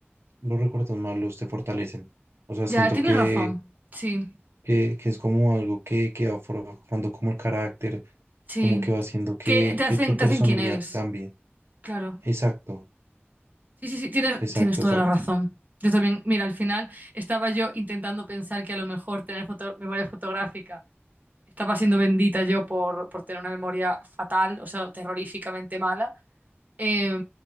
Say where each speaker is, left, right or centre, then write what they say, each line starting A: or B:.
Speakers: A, on the right; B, on the right.
A: los recuerdos malos te fortalecen. O sea,
B: Ya,
A: siento
B: tienes
A: que...
B: razón. Sí,
A: que, que es como algo que, que va forjando como el carácter,
B: sí.
A: como que va haciendo que,
B: Que te hacen,
A: que tu personalidad
B: te hacen quién eres.
A: cambie.
B: Claro.
A: Exacto,
B: Sí, sí, sí, tienes,
A: exacto,
B: tienes toda
A: exacto.
B: la razón. Yo también, mira, al final estaba yo intentando pensar que a lo mejor tener foto- memoria fotográfica estaba siendo bendita yo por, por tener una memoria fatal, o sea, terroríficamente mala. Eh,